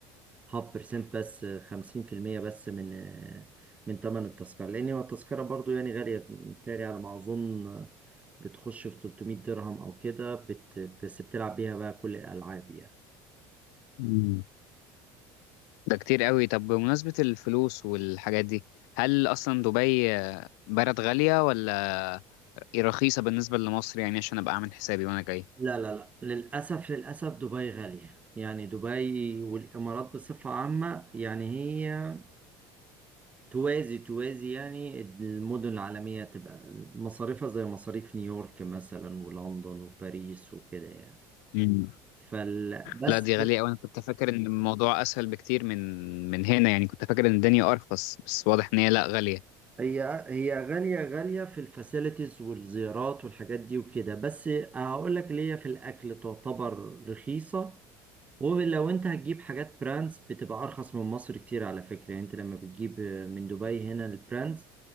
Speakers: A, on the right; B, on the left.
A: هاف بيرسنت بس خمسين في المية بس من آه، من تمن التذكرة لأن هو التذكرة برضو يعني غالية بالتالي على ما أظن آه، بتخش في 300 درهم أو كده بت... بس بتلعب بيها بقى كل الألعاب يعني
B: مم. ده كتير قوي طب بمناسبة الفلوس والحاجات دي هل أصلا دبي بلد غالية ولا إيه رخيصة بالنسبة لمصر يعني عشان أبقى أعمل حسابي وأنا جاي
A: لا لا لا للأسف للأسف دبي غالية يعني دبي والإمارات بصفة عامة يعني هي توازي توازي يعني المدن العالمية تبقى مصاريفها زي مصاريف نيويورك مثلا ولندن وباريس وكده يعني
B: مم.
A: فال بس
B: لا دي غالية أوي أنا كنت فاكر إن الموضوع أسهل بكتير من من هنا يعني كنت فاكر إن الدنيا أرخص بس واضح إن هي لا غالية
A: هي هي غالية غالية في الفاسيلتيز والزيارات والحاجات دي وكده بس هقول لك ليه في الأكل تعتبر رخيصة ولو انت هتجيب حاجات براندز بتبقى أرخص من مصر كتير على فكرة يعني انت لما بتجيب من دبي هنا البراندز